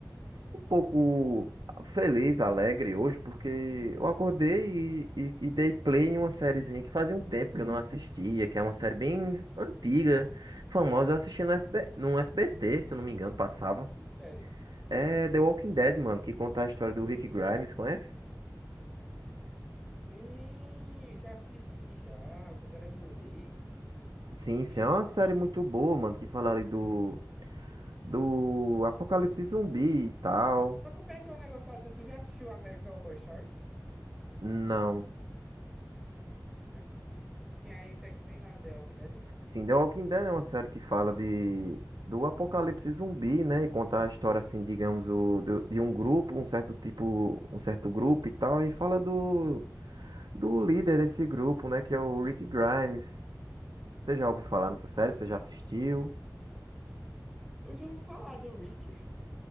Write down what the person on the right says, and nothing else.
um pouco feliz, alegre hoje, porque eu acordei e, e- e dei play em uma sériezinha que fazia um tempo que eu não assistia, que é uma série bem antiga, famosa. Eu assisti no SB, no SBT, se eu não me engano, passava.
É The Walking Dead, mano, que conta a história do Rick Grimes, conhece?
Sim,
sim, é
uma série muito boa, mano, que fala ali do do Apocalipse Zumbi e tal.
Não.
Sim, The Walking Dead é uma série que fala de do Apocalipse Zumbi, né? E conta a história assim, digamos, o, do- de um grupo, um certo tipo, um certo grupo e tal, e fala do do líder desse grupo, né, que é o Rick Grimes. Você já ouviu falar nessa série? Você já assistiu?